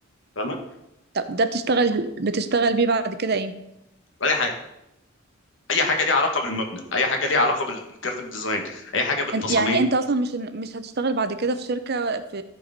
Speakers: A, on the left; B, on the right.
A: فاهمه
B: طب ده بتشتغل بتشتغل بيه بعد كده ايه
A: فاي حاجه اي حاجه ليها علاقه بالمبنى اي حاجه ليها علاقه بالجرافيك ديزاين اي حاجه بالتصاميم
B: إن- يعني انت اصلا مش مش هتشتغل بعد كده في شركة في